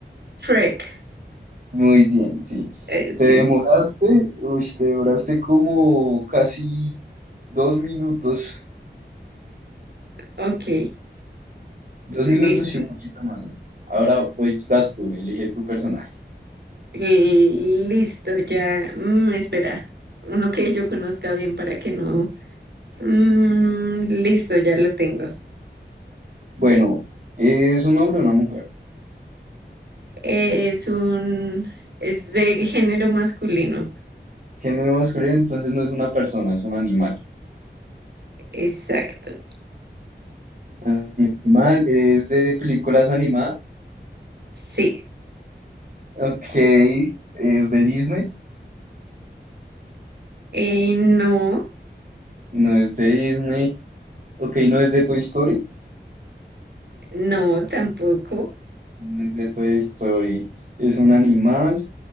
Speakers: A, on the right; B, on the right.
A: Shrek.
B: Muy bien, sí.
A: Eh, sí.
B: Te demoraste, uy, te demoraste como casi dos minutos.
A: Ok,
B: Dos
A: listo.
B: minutos y un poquito más. ¿no? Ahora voy, vas tú, elige tu personaje.
A: Eh, listo, ya. Mm, espera. Uno que yo conozca bien para que no. Mm, listo, ya lo tengo.
B: Bueno, es un hombre o una mujer.
A: Es un. Es de género masculino.
B: Género masculino, entonces no es una persona, es un animal.
A: Exacto.
B: Animal es de películas animadas.
A: Sí.
B: Ok, es de Disney.
A: Eh, no,
B: No es de Disney. Ok, no es de Toy Story.
A: no, tampoco.
B: No es de Toy Story. Es un animal.